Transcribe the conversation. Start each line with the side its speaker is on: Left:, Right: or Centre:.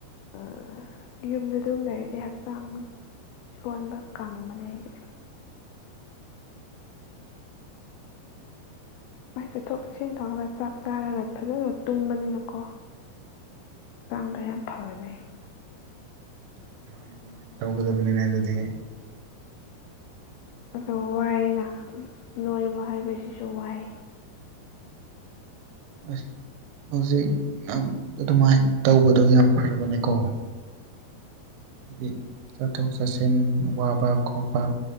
Left: ꯑ ꯌꯨꯝꯗ ꯑꯗꯨꯝ ꯂꯩꯔꯗꯤꯦ ꯍꯛꯆꯥꯡ ꯁꯣꯟꯕ ꯀꯪꯕꯅꯦ ꯑꯩꯗꯤ ꯃꯥꯏ ꯆꯠꯊꯣꯛ ꯆꯠꯁꯤꯟ ꯇꯧꯔꯒ ꯆꯥꯛ ꯆꯥꯔꯒ ꯐꯖꯅ ꯇꯨꯝꯕꯅꯤꯅꯀꯣ ꯀꯥꯡꯕ ꯌꯥꯝ ꯐꯒꯅꯤ
Right: ꯑꯁ ꯍꯥꯟꯅ ꯑꯗꯨꯃꯥꯏꯅ ꯇꯧꯒꯗꯕꯅꯤꯅ ꯑꯗꯨꯗꯤ
Left: ꯑꯗꯣ ꯋꯥꯏꯅ ꯅꯣꯏꯕ ꯍꯥꯏꯕꯁꯤꯁꯨ ꯋꯥꯏ
Right: ꯑ ꯍꯧꯖꯤꯛ ꯅꯪ ꯑꯗꯨꯃꯥꯏꯅ ꯇꯧꯕꯗꯣ ꯌꯥꯝ ꯐꯔꯕꯅꯦꯀꯣ ꯍꯥꯏꯗꯤ ꯆꯠꯊꯣꯛ ꯆꯠꯁꯤꯟ ꯋꯥꯕ ꯈꯣꯠꯄ